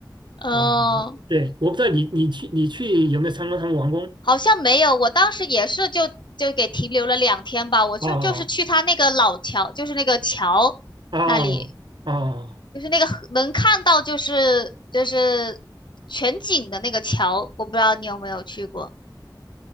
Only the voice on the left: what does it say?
嗯、
好像没有，我当时也是就就给停留了两天吧，我就就是去他那个老桥，
就是那个桥那里。
就是那个河能看到就是就是全景的那个桥，我不知道你有没有去过。